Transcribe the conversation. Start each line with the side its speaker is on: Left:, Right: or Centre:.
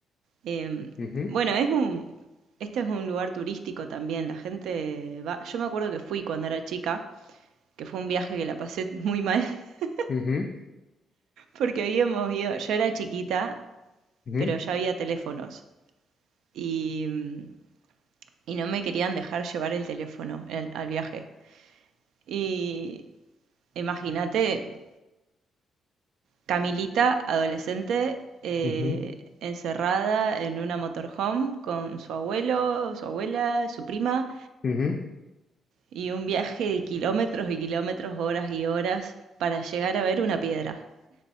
Right: Em,
Left: ujú,
Right: bueno, es un, este es un lugar turístico también, la gente va, yo me acuerdo que fui cuando era chica, que fue un viaje que la pasé muy mal, <laughs>
Left: ujú,
Right: porque habíamos ido, yo era chiquita
Left: ujú,
Right: pero ya había teléfonos y, mm, y no me querían dejar llevar el teléfono el- al viaje. Y imagínate, Camilita, adolescente, eh,
Left: ujú,
Right: encerrada en una motorhome con su abuelo, su abuela, su prima,
Left: ujú.
Right: y un viaje de kilómetros y kilómetros, horas y horas para llegar a ver una piedra.